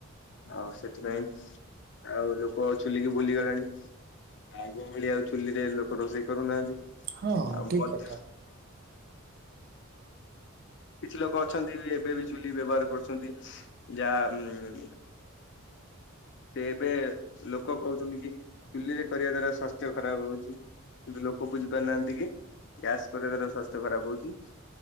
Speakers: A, on the left; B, on the right.
A: ଆଉ ସେଥିପାଇଁ ଆଉ ଲୋକ ଚୁଲି କି ଭୁଲିଗଲାଣି ଆଗ ଭଳି ଆଉ ଚୁଲିରେ ଲୋକ ରୋଷେଇ କରୁନାହାନ୍ତି
B: ହଁ
A: ଆଉ
B: ଠିକ
A: ମଧ୍ୟ
B: କଥା
A: କିଛି ଲୋକ ଅଛନ୍ତି ବି ଏବେ ବି ଚୁଲି ବ୍ୟବହାର କରୁଛନ୍ତି ଯାହା ଉ ସେ ଏବେ ଲୋକ କହୁଛନ୍ତି କି ଚୁଲିରେ କରିବା ଦ୍ଵାରା ସ୍ଵାସ୍ଥ୍ୟ ଖରାପ ହଉଛି କିନ୍ତୁ ଲୋକ ବୁଝି ପାରୁନାହାନ୍ତି କି ଗ୍ୟାସ କରିବା ଦ୍ଵାରା ସ୍ୱାସ୍ଥ୍ୟ ଖରାପ ହଉଛି